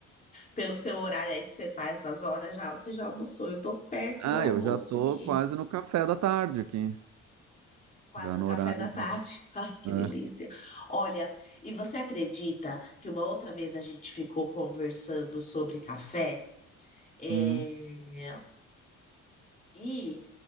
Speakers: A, on the left; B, on the right.
A: pelo seu horário aí que você tá essas horas já, você já almoçou. Eu tô perto
B: Ah,
A: do almoço
B: eu já tô
A: aqui,
B: quase no café da tarde aqui.
A: quase
B: Já
A: no
B: no
A: café
B: horário
A: da tarde.
B: de.
A: <laughs> Ai, que
B: É.
A: delícia. Olha, e você acredita que uma outra vez a gente ficou conversando sobre café? É,
B: Hum,
A: E